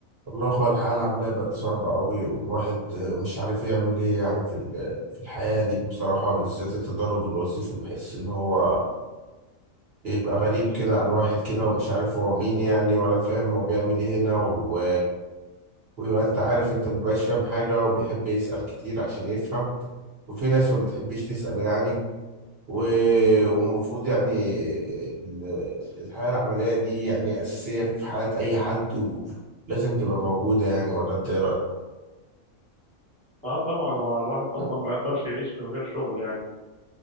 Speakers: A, on the right; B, in the centre.
A: والله يا اخويا الحالة عاملة بقت صعبة أوي والواحد آه، مش عارف يعمل إيه يعني في ال- في الحياة دي بصراحة بالذات التدرج الوظيفي بحس إن هو بيبقى غريب كده على الواحد كده ومش عارف هو مين يعني ولا فاهم هو بيعمل إيه هنا و... ويبقى أنت عارف أنت مبيبقاش فاهم حاجة وبيحب يسأل كتير عشان يفهم وفي ناس ما بتحبش تسأل يعني و... والمفروض يعني ال- الحياة العملية دي يعني أساسية في حياة أي حد و... لازم تبقى موجودة يعني ولا انت ايه رأيك؟
B: اه طبعا هو الواحد اصلا ما يقدرش يعيش من غير شغل يعني